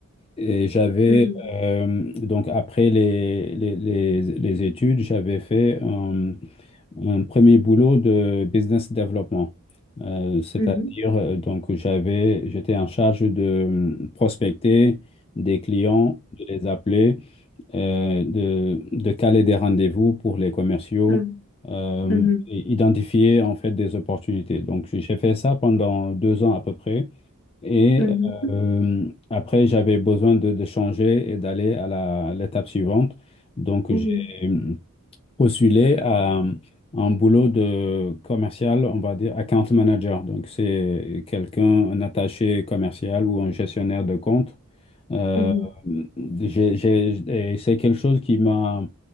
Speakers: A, on the left; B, on the left.
A: Et j'avais,
B: mhm,
A: euh, donc après les, les, les- les études, j'avais fait un, un premier boulot de business development. Euh, c'est-à-dire,
B: mhm,
A: euh, donc j'avais, j'étais en charge de hum, prospecter des clients, de les appeler, euh, de, de caler des rendez-vous pour les commerciaux,
B: mhm,
A: euh,
B: mhm,
A: et identifier en fait des opportunités. Donc j'ai fait ça pendant deux ans à peu près. Et
B: mhm. mhm.
A: euh, après, j'avais besoin de, de changer et d'aller à la, l'étape suivante. Donc,
B: Mhm,
A: j'ai postulé à un boulot de commercial, on va dire account manager. Donc, c'est quelqu'un, un attaché commercial ou un gestionnaire de compte. Euh,
B: mhm,
A: j'ai- j'ai- et c'est quelque chose qui m'a